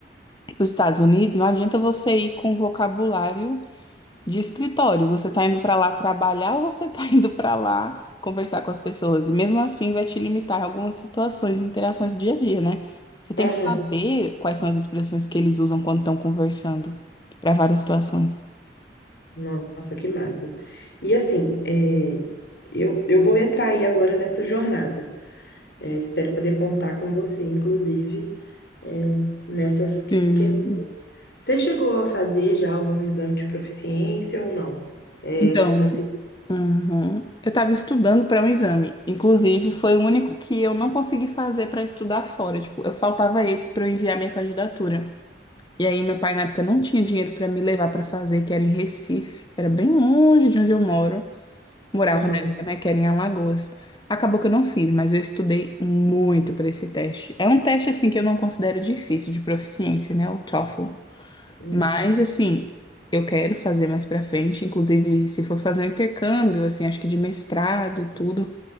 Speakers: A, on the left; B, on the left.
A: para os Estados Unidos, não adianta você ir com vocabulário de escritório, você tá indo pra lá trabalhar ou você tá <laughs> indo pra lá conversar com as pessoas? E mesmo assim vai te limitar em algumas situações e interações do dia a dia, né? Você tem
B: uhum.
A: que saber quais são as expressões que eles usam quando estão conversando para várias situações.
B: Nossa, que massa. E assim, é, eu, eu vou entrar aí agora nessa jornada. É, espero poder contar com você, inclusive, é, nessas que-
A: Hum,
B: questões. Você chegou a fazer já algum exame de proficiência ou não? É,
A: então,
B: você conseguiu?
A: uhum. Eu estava estudando para um exame. Inclusive, foi o único que eu não consegui fazer para estudar fora. Tipo, eu faltava esse para eu enviar minha candidatura. E aí, meu pai na época não tinha dinheiro para me levar para fazer, que era em Recife, que era bem longe de onde eu moro. Morava
B: Uhum,
A: na época, né, que era em Alagoas. Acabou que eu não fiz, mas eu estudei muito para esse teste. É um teste assim que eu não considero difícil de proficiência, né, o TOEFL.
B: uhum,
A: Mas assim, eu quero fazer mais para frente, inclusive se for fazer um intercâmbio, assim, acho que de mestrado e tudo